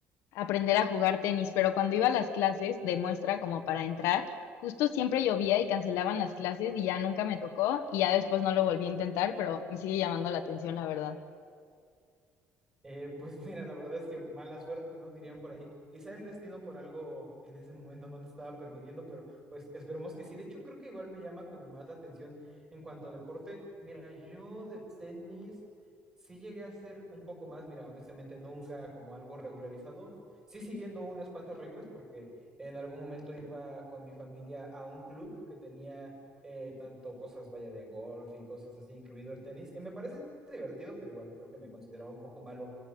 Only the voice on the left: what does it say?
aprender a jugar tenis, pero cuando iba a las clases de muestra como para entrar, justo siempre llovía y cancelaban las clases y ya nunca me tocó y ya después no lo volví a intentar, pero me sigue llamando la atención, la verdad.